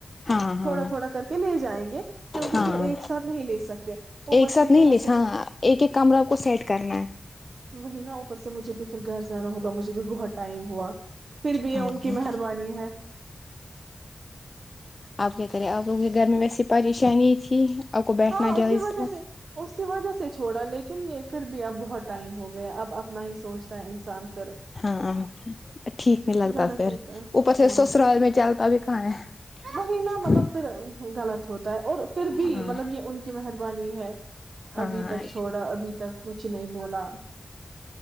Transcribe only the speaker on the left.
ہاں ہاں
ہاں
ایک ساتھ
نہیں
لیس
ہاں ایک ایک کمرہ آپ کو سیٹ کرنا ہے
ہاں
ہاں
آپ کیا کرے آپ لوگوں کی گرمی میں ایسی پریشانی تھی آپ کو بیٹھنا
جائز
تھا
ہ ہاں ٹھیک نہیں لگتا
پھر
اوپر سے
سسرال میں چلتا بھی کہاں ہے
<unintelligible>
ہاں
ہاں